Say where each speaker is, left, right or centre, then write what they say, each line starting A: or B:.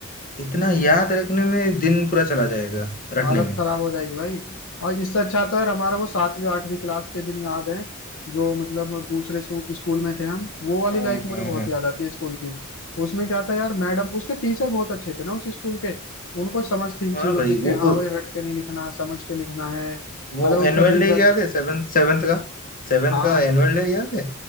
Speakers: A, on the left; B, on the left.
A: इतना याद रखने में दिन पूरा चला जाएगा रटने
B: हालत
A: में
B: खराब हो जाएगी भाई और इससे अच्छा तो यार हमारा वो सातवीं आठवीं क्लास के दिन याद है जो मतलब दूसरे सू- स्कूल में थे हम वो वाली
A: हाँ
B: लाइफ मुझे
A: हाँ
B: बहुत
A: हाँ
B: याद आती है स्कूल की उसमें क्या था यार मैडम उसके टीचर बहुत अच्छे थे ना उस स्कूल के उनको समझ थी इन चीजों
A: हाँ भाई
B: की कि
A: वो
B: हाँ
A: वो,
B: भाई रट के नहीं लिखना समझ के लिखना है
A: वो
B: मतलब उसका
A: एनुअल
B: रीजन
A: डे याद है सेवेंथ सेवेंथ का सेवेंथ
B: हाँ
A: का एनुअल डे याद है